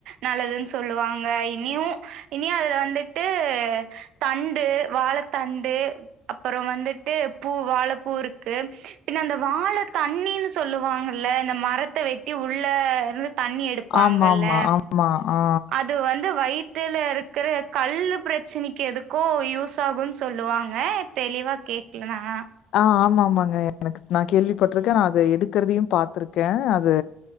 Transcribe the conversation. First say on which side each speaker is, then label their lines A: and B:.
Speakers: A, on the right (about 75°); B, on the left (about 70°).
A: நல்லதுன்னு சொல்லுவாங்க இன்னியு இன்னியு அதுல வந்துட்டு தண்டு வாழத்தண்டு அப்புறோ வந் ட்டு பூ வாழப்பூ இருக்கு பின்னு அந்த வாழ தண்ணின்னு சொல்லுவாங்கல்ல இந்த மரத்த வெட்டி உள்ள இருந்து தண்ணி எடு எடுப்பாங்கல்ல
B: ஆமாமா, ஆமா ஆ
A: அது வந்து வயித் தில இருக்கிற கல் பிரச்சனைக்கு எதுக்கோ யூஸ் ஆகுன்னு சொல்லுவாங்க தெளிவா கே க்கல நா ஆனா
B: ஆ ஆமா ஆமாங்க எனக்கு நா கேள்விப்பட்டிருக்கே நா அத எடுக்கிறதையு பாத்துருக்கே அது